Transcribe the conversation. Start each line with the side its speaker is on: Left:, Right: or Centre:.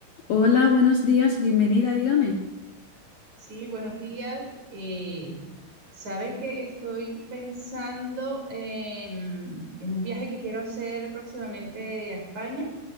Left: Hola, buenos días, bienvenida, dígame.
Right: Sí, buenos días. Eh, sabe que estoy pensando en, en un viaje que quiero hacer próximamente a España